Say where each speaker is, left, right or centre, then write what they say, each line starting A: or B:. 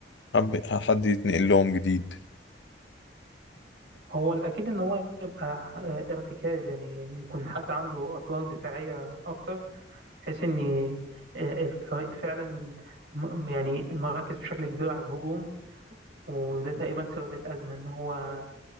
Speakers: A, on the left; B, on the right.
A: حب- حد يتنقل لهم جديد
B: هو الأكيد إن هو يبقى آه، ارتكاز يعني يكون حد عنده أدوار دفاعية أكتر بحيث إن آه، الفريق فعلا م- يعني مركز بشكل كبير على الهجوم وده تقريبا سبب الأزمة إن هو